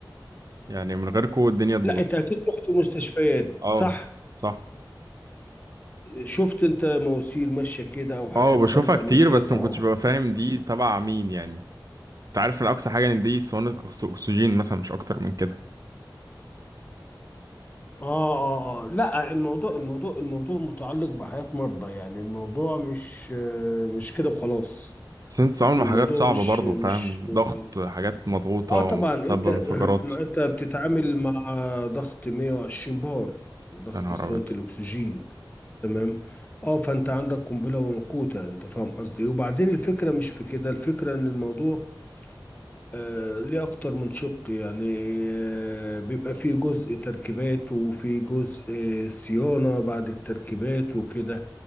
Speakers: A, on the right; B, on the left.
A: يعني من غيركم الدنيا تبوظ
B: لا انت اكيد رحت مستشفيات
A: اه
B: صح
A: صح
B: شفت انت مواسير ماشية كده او حاجات
A: اه بشوفها
B: خارجة
A: كتير
B: من الحيطة
A: بس ما كنتش
B: او حاجات
A: ببقى فاهم دي تبع مين يعني انت عارف ان اقصى حاجه ان دي صواني أكس- اكسجين مثلا مش اكتر من كده
B: اه اه اه لا الموضوع الموضوع الموضوع متعلق بحياة مرضى يعني الموضوع مش آه، مش كده وخلاص
A: بس انت بتتعامل مع
B: الموضوع
A: حاجات صعبه
B: مش
A: برضو
B: مش
A: فاهم ضغط
B: <laughs>
A: حاجات مضغوطه
B: اه
A: ومسبب
B: طبعا انت
A: انفجارات
B: <clears throat> ما انت بتتعامل مع ضغط 120 بار ضغط
A: يا نهار
B: اسطوانة
A: أبيض
B: الاكسجين تمام اه فانت عندك قنبلة وموقوتة انت فاهم قصدي إيه؟ وبعدين الفكرة مش في كده الفكرة ان الموضوع آه، ليه أكتر من شق يعني آه، بيبقى فيه جزء تركيبات وفي جزء آه، صيانة بعد التركيبات وكده